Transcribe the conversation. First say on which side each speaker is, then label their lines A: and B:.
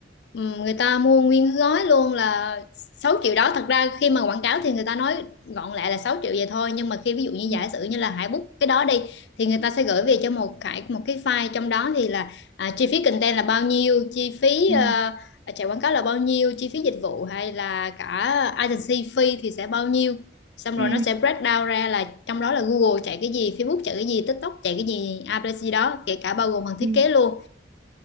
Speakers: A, on the left; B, on the right.
A: ừm, người ta mua nguyên gói luôn là 6 triệu đó thật ra khi mà quảng cáo thì người ta nói gọn lại là 6 triệu vậy thôi nhưng mà khi ví dụ như
B: Ừ.
A: giả sử như là Hải book cái đó đi thì người ta sẽ gửi về cho một cái một cái file trong đó thì là à, chi phí content là bao nhiêu chi phí
B: ừ.
A: ờ, chạy quảng cáo là bao nhiêu chi phí dịch vụ hay là cả agency fee thì sẽ bao nhiêu xong
B: Ừ.
A: rồi nó sẽ break down ra là trong đó là Google chạy cái gì Facebook chạy cái gì TikTok chạy cái gì ABC đó kể cả bao gồm phần
B: Ừ.
A: thiết kế luôn